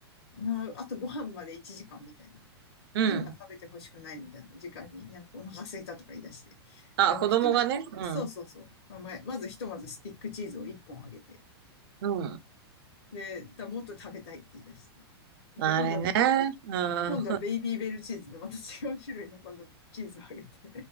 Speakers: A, on the left; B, on the right.
A: まあ、あとご飯まで1時間みたいな。
B: うん。
A: 今食べてほしくないみたいな時間に、なんかお腹すいたとか言い出して。だからまあ、
B: あ、子供がね。
A: ひとま、
B: うん。
A: そうそうそう。まあ、まあまずひとまずスティックチーズを1本あげて。
B: うん。
A: で、だもっと食べたいって言い出して。じゃあ今度は、
B: あれね。うん。
A: 今度はベイビーベルチーズで、
B: う
A: また違う種類の今度チーズをあげて。